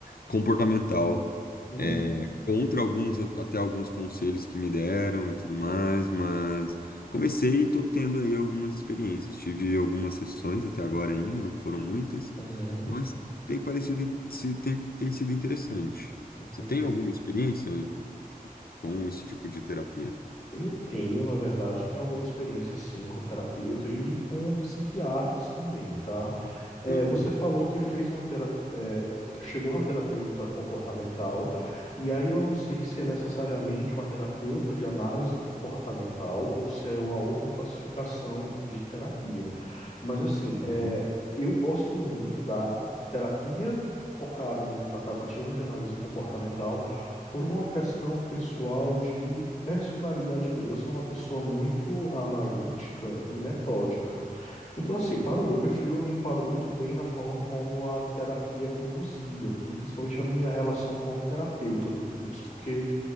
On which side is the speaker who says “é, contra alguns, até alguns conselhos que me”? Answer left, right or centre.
Left